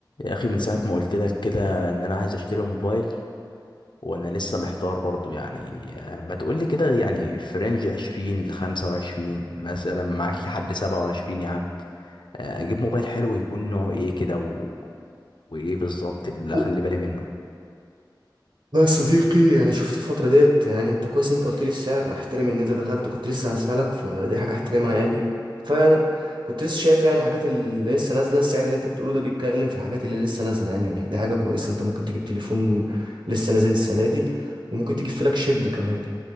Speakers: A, on the left (about 75°); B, on the right (about 80°).
A: يا اخي من ساعه ما قلت لك كده ان انا عايز اشتري موبايل وانا لسه محتار برضو يعني آه، ما تقول لي كده يعني في رينج 20 ل 25 مثلا معاك لحد 27 يا عم آه، اجيب موبايل حلو يكون نوعه ايه كده و... وايه بالظبط اللي
B: لا
A: اخلي بالي منه
B: يا صديقي يعني شفت الفترة ديت يعني انت كويس انت قلت لي السعر احترم ان انت دخلت كنت لسه هسألك فدي حاجة احترمها يعني فانا كنت لسه شايف يعني حاجات اللي لسه نازلة السعر اللي انت بتقوله ده بيتكلم في الحاجات اللي لسه نازلة يعني دي حاجة كويسة انت ممكن تجيب تليفون لسه نازل السنة دي وممكن تجيب فلاج شيب كمان